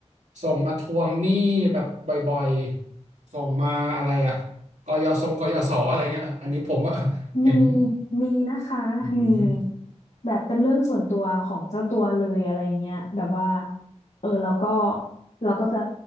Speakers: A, on the right; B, on the left.
A: ส่งมาทวงหนี้แบบบ่อยๆส่งมาอะไรอะกยศงกยศอะไรเงี้ยอันนี้ผมก็ <laughs> เห็น
B: มีมีนะคะมี
A: อืม
B: แบบเป็นเรื่องส่วนตัวของเจ้าตัวเลยอะไรเงี้ยแบบว่าเออเราก็เราก็จะ